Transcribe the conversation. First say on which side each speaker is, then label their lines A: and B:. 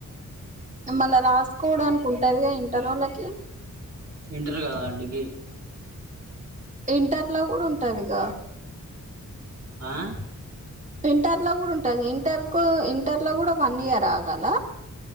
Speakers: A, on the right; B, on the right.
A: మళ్ళా రాసుకోవడానికి ఉంటారుగా ఇంటర్ వాళ్ళకి
B: ఇంటర్ కదా డిగ్రీ
A: ఇంటర్లో కూడా ఉంటుందిక
B: ఆ
A: ఇంటర్ లో కూడా ఉంటుంది ఇంటర్ కు ఇంటర్లో కూడా వన్ ఇయర్ ఆగాల